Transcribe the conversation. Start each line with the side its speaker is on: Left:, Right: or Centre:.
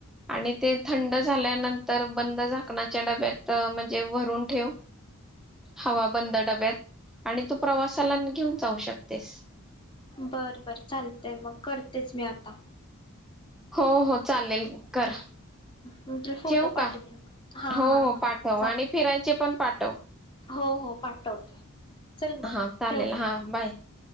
Centre: आणि ते थंड झाल्यानंतर बंद झाकणाच्या डब्यात म्हणजे भरून ठेव हवा बंद डब्यात आणि तू प्रवासाला घेऊन जाऊ शकतेस.
Left: बर बर चालतय मग करतेच मी आता.
Centre: हो हो चालेल कर.
Left: म्हणजे फोटो
Centre: ठेवू
Left: पाठवेन
Centre: का?
Left: हा
Centre: हो
Left: हा
Centre: हो
Left: हा
Centre: पाठव
Left: चाल.
Centre: आणि फिरायचे पण पाठव
Left: हो हो पाठवते. चल मग
Centre: हा चालेल
Left: ठेवते
Centre: हा बाय.